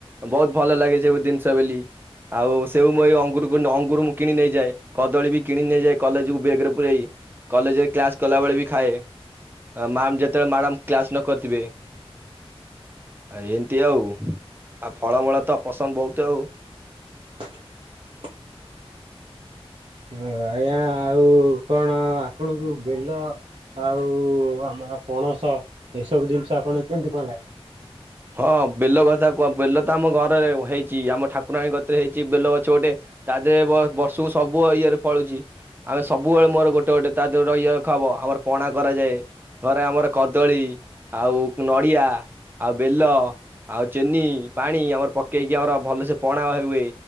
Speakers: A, on the right (about 20°); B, on the right (about 60°).
A: ବହୁତ ଭଲ ଲାଗେ ଯୋଉ ଦିନ ଚା ବୋଲି ଆଉସ୍ ସେଓ ମୁଁ ଏଇ ଅଙ୍ଗୁରକୁ ଅଙ୍ଗୁର ମୁଁ କିଣି ନେଇଯାଏ, କଦଳୀ ବି କିଣି ନେଇଯାଏ, କଲେଜକୁ ବେଗେରେ ପୁରେଇ। କଲେଜରେ କ୍ଲାସ୍ କଲାବେଳେ ବି ଖାଏ। ମ୍ୟାାମ୍ ଯେତେବେଳେ ମ୍ୟାଡ଼ାମ୍ କ୍ଲାସ ନ କରିଥିବେ! ଏମିତି ଆଉ! ଆଉ, ଫଳମୂଳ ତ ପସନ୍ଦ ବହୁତ ଆଉ।
B: <inaudible> ଆୟାଁ, ଆଉ କଣ ଆପଣଙ୍କୁ ବେଲ ଆଉ-ଉ ଆମର ପଣସ ଏସବୁ ଦିନଷ ଆପଣ କେମତି କଣ ଲାଗେ?
A: ହଁ, ବେଲ କଥା କୁହ ବେଲ ତ ଆମ ଘରେ ହେଇଛି। ଆମ ଠାକୁରାଣୀ କତିରେ ହେଇଛି, ବେଲ ଗଛ ଗୋଟେ ତା ଦେହରେ ବ-ବର୍ଷକୁ ସବୁ ଇଏରେ ଫଳୁଛି। ଆମେ ସବୁବେଳେ ମୋର ଗୋଟେ ଗୋଟେ ତା ଦେହରେ <unintelligible> ହବ। ଆମର ପଣା କରାଯାଏ। ଘରେ ଆମର କଦଳୀ, ଆଉ ନଡିଆ ଆଉ ବେଲ, ଆଉ ଚିନି, ପାଣି ଆମର ପକେଇକି ଆମର ଭଲସେ ପଣା ହ ହୁଏ।